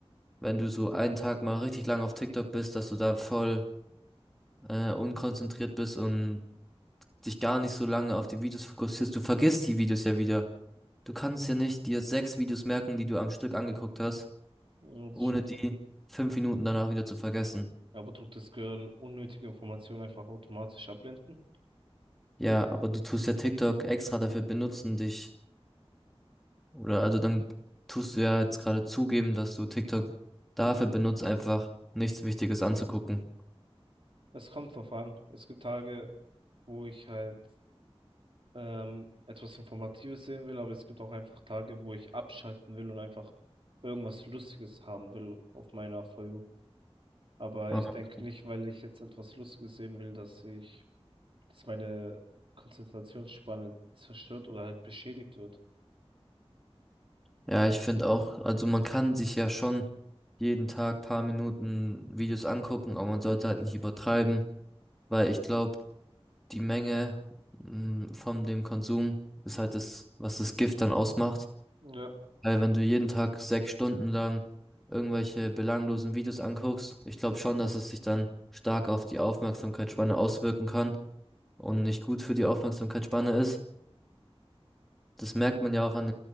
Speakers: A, in the centre; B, on the right.
A: wenn du so einen Tag mal richtig lang auf TikTok bist, dass du da voll äh, unkonzentriert bist und dich gar nicht so lange auf die Videos fokussierst? Du vergisst die Videos ja wieder. Du kannst ja nicht dir sechs Videos merken, die du am Stück angeguckt hast,
B: Und
A: ohne
B: ich-
A: die fünf Minuten danach wieder zu vergessen.
B: Aber tut das Gehirn unnötige Informationen einfach automatisch abblenden?
A: Ja, aber du tust ja TikTok extra dafür benutzen, dich Oder also dann tust du ja jetzt gerade zugeben, dass du TikTok dafür benutzt, einfach nichts Wichtiges anzugucken.
B: Es kommt drauf an. Es gibt Tage, wo ich halt ähm, etwas Informatives sehen will, aber es gibt auch einfach Tage, wo ich abschalten will und einfach irgendwas Lustiges haben will auf meiner For You. Aber
A: Ja,
B: ich denke nicht, weil ich jetzt etwas Lustiges sehen will, dass ich, dass meine Konzentrationsspanne zerstört oder halt beschädigt wird.
A: Ja, ich finde auch, also man kann sich ja schon jeden Tag paar Minuten Videos angucken, aber man sollte halt nicht übertreiben, weil ich glaube, die Menge mm, von dem Konsum ist halt das, was das Gift dann ausmacht.
B: Ja,
A: Weil wenn du jeden Tag sechs Stunden lang irgendwelche belanglosen Videos anguckst, ich glaube schon, dass es sich dann stark auf die Aufmerksamkeitsspanne auswirken kann. und nicht gut für die Aufmerksamkeitsspanne ist. Das merkt man ja auch an